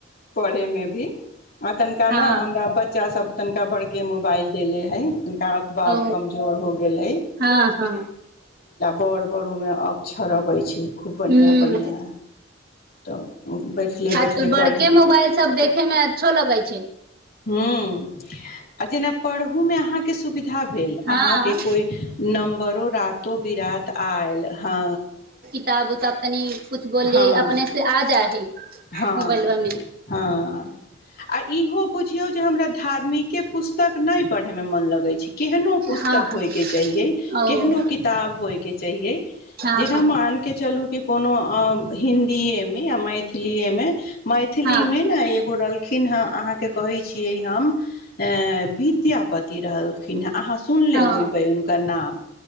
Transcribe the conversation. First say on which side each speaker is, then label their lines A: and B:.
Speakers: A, on the left (about 55°); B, on the right (about 55°).
A: पढ़ेमे भी आ तनिका ने
B: हँ
A: हमरा बच्चा सब तनिका बड़के मोबाइल देले हइ गकबाब
B: ओ
A: हो गेल
B: हँ हँ
A: बड़ बड़ ओमे अक्षर अबै छै खूब बढ़िआँ
B: हूँ
A: बढ़आ तऽ बैठले बैठले
B: आजकल बड़के
A: पढ़ली
B: मोबाइल सब देखेमे अच्छो लगै छै
A: हूँ आ जेना पढ़ू में अहा के सुविधा भेल
B: हँ
A: अहा के कोई नमबर रत बिीरात आयल हँ
B: क तबु तब तनि कुछु बोलले
A: हँ
B: अपने से आ जा है
A: हँ
B: मोबाइल वामे
A: हँ आ इहो बुझियौ जे हमरा धार्मिके पुस्तक नहि पढ़य मे मन लगै छै केहनो पुस्तक
B: हँ हँ
A: होइ के चाहिये
B: ओ
A: केहनो किताब होइ के चाहियए
B: हँ
A: जेना
B: हँ
A: मान के चलू कि कोनो अ हिन्दी एमे आ मैथिलथी एमे मैथिली
B: हँ
A: मे ने एगो र खिन ह अहाँके कहै छियै हम विद्यापति रहलखिन हे अह सुन ले
B: ओ
A: होईब हुनकर नाम